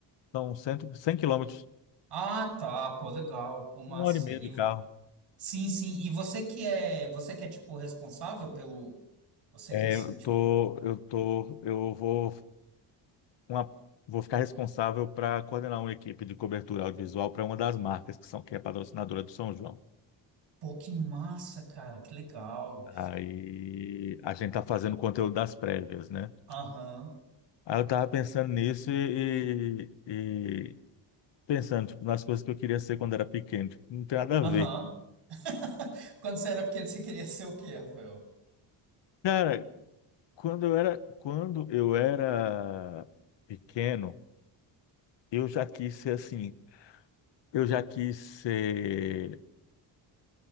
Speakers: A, on the left (about 65°); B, on the right (about 60°).
A: são 100, 100 quilômetros.
B: Ah, tá, pô, legal, pô, massa.
A: Uma hora e meia
B: E...
A: de
B: vo-
A: carro.
B: Sim, sim. E você que é, você que é tipo responsável pelo, você
A: É,
B: que é assim,
A: eu
B: tipo,
A: tô, eu tô, eu vou, uma, vou ficar responsável para coordenar uma equipe de cobertura audiovisual para uma das marcas que são que é patrocinadora do São João.
B: pô, que massa, cara, que legal.
A: Aí a gente tá fazendo conteúdo das prévias, né?
B: Aham.
A: Aí eu tava pensando nisso e, e pensando tipo, nas coisas que eu queria ser quando era pequeno. Tipo, não tem nada a
B: Aham.
A: ver.
B: <laughs> Quando você era pequeno, você queria ser o quê, Rafael?
A: Cara, quando eu era, quando eu era pequeno, eu já quis ser assim. Eu já quis ser